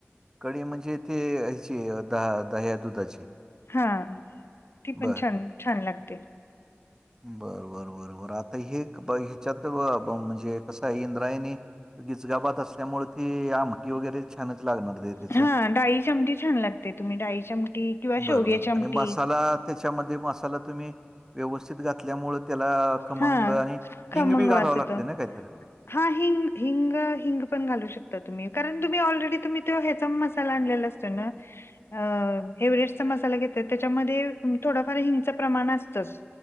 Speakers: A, on the right; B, on the left.
A: कढी म्हणजे ते ह्याची दहा दह्या दुधाची?
B: हा. ती पण
A: बर.
B: छान छान लागते.
A: बर बर बर बर. आता हे ह्याच्यात म्हणजे कसं आहे? इंद्रायणी- गिचगा भात असल्यामुळे ती आमटी वगैरे- छानच लागणार ते त्याचं.
B: हा. डाळीची आमटी छान लागते. तुम्ही डाळीची आमटी किंवा
A: बरोबर
B: शेवग्याची आमटी-
A: आणि मसाला त्याच्यामध्ये मसाला तुम्ही व्यवस्थित घातल्यामुळे त्याला- खमंग
B: हा
A: आणि
B: खमंग
A: हिंग बी घालावं
B: वास येतो.
A: लागते ना काहीतर?
B: हा. हिंग हिंग हिंग पण घालू शकता तुम्ही. कारण तुम्ही ऑलरेडी तुम्ही त्यो ह्याचा मसाला आणलेला असतो. पण ना - हो. एव्हरेस्टचा मसाला घेतात त्याच्यामध्ये थोडंफार हिंगचं प्रमाण असतंच.